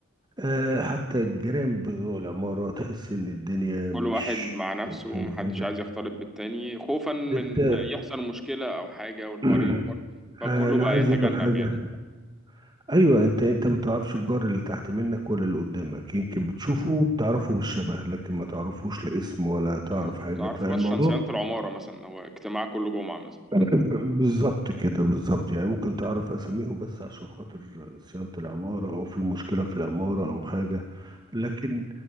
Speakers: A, on the right; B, in the centre.
A: آه، حتى الجيران بتوع العمارة تحس إن الدنيا
B: كل
A: مش
B: واحد مع نفسه
A: أحسن
B: ومحدش
A: حاجة
B: عايز يختلط بالتاني خوفا من
A: أنت
B: يحصل مشكلة أو حاجة والحوار
A: <clears throat>
B: يكبر فكله
A: أنا
B: بقى
A: عايز
B: يتجنب
A: أقول لك حاجة
B: يعني
A: أيوه أنت أنت ما تعرفش الجار اللي تحت منك ولا اللي قدامك يمكن بتشوفه بتعرفه بالشبه لكن ما تعرفوش لا اسم ولا تعرف
B: اه
A: حاجة
B: تعرفوا
A: فالموضوع
B: بس عشان صيانة العمارة مثلا هو اجتماع كل جمعة مثلا
A: <clears throat>
B: فاهم؟
A: بالظبط كده بالظبط يعني ممكن تعرف أساميهم بس عشان خاطر صيانة العمارة أو في مشكلة في العمارة أو حاجة لكن